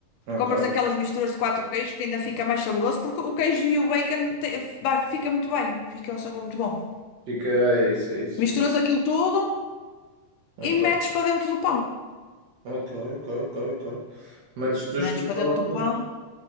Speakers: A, on the right; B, on the left.
A: Ok.
B: Compras aquelas misturas de quatro queijos que ainda fica mais saboroso, porque o queijo e o bacon te- vai- fica muito bem, fica um sabor muito bom.
A: Fica, é isso, é isso,
B: Misturas
A: fica.
B: aquilo tudo
A: Ok,
B: e metes para dentro do pão.
A: ok, ok, ok, ok. Metes depois
B: Metes
A: tudo
B: para
A: para
B: dentro
A: lá para
B: do pão,
A: dentro.